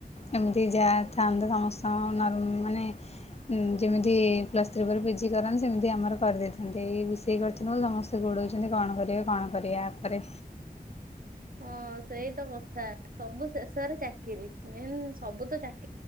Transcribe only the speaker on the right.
ହଁ ସେଇତ କଥା ସବୁ ଶେଷରେ ଚାକିରି ମେନ୍ ସବୁ ତ ଚାକି